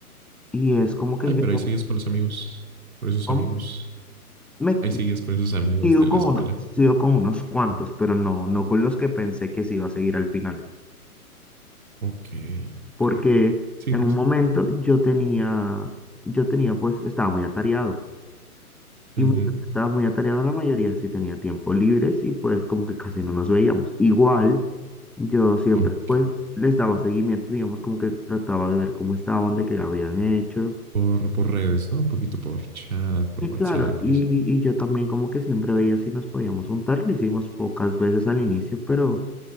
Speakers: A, in the centre; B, on the right.
A: Y es como que
B: Ay,
A: yo
B: pero ahí sigues con los amigos, con esos
A: como-
B: amigos.
A: me
B: Ahí sigues con esos amigos
A: sigo
B: de la
A: con
B: escuela.
A: unos, sigo con unos cuantos, pero no, no con los que pensé que se iba a seguir al final.
B: Ok,
A: porque
B: ok. Sí,
A: en un
B: sí.
A: momento yo tenía, yo tenía, pues estaba muy atareado y
B: Ujú,
A: mientras estaba muy atareado la mayoría sí tenía tiempo libres y pues como que casi no nos veíamos. Igual yo siempre
B: Ok.
A: pues les daba seguimiento, digamos como que trataba de ver cómo estaban, de qué habían hecho.
B: Por, por redes, ¿no? Un poquito por chat, por
A: Y
B: WhatsApp
A: claro, y,
B: y eso.
A: y yo también como que siempre veía si nos podíamos juntar, lo hicimos pocas veces al inicio, pero,